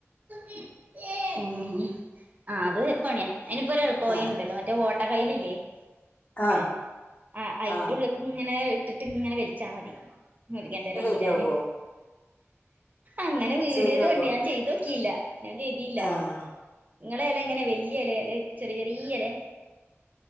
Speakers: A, on the right; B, on the left.
A: <unintelligible> ആ അത് പണിയ അയിനിപ്പൊരെളൾപ്പവയിണ്ടല്ലോ
B: ആഹ്
A: മറ്റേ ഓട്ട കയ്ല് ല്ലേ നമ്മളെ
B: ആഹ്
A: ആ അയിന്റെ
B: ആഹ്
A: ഉള്ള്ക്ക്ങ്ങനെ ഇട്ടിട്ട് ങ്ങനെ വൽച്ചാ മതി മുര്ങ്ങന്റെല
B: ശരിയാകുവോ
A: ഈരാന് അങ്ങനെ വീഡിയോല്
B: ശരിയാക്കോ
A: കണ്ട് ഞാൻ ചെയ്തോക്കീല്ല ഞാൻ ചെയ്തീല്ല
B: ആഹ്
A: നിങ്ങളെ എലങ്ങനെ വലിയെലെ അല്ലെ ചെറിയ ചെറിയലെ